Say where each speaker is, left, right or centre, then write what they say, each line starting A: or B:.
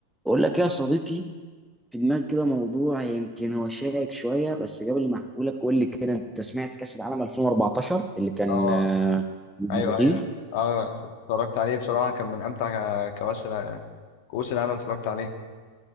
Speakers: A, in the centre; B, on the left (about 50°).
A: بقول لك يا صديقي في دماغي كده موضوع يمكن هو شائك شويه بس قبل ما احكي لك قول لي كده انت سمعت كاس العالم 2014 اللي كان
B: اه
A: آه، في البرازيل
B: ايوه ايوه اه اتفرجت عليه بصراحه كان من امتع كواس الع- كؤوس العالم اتفرجت عليه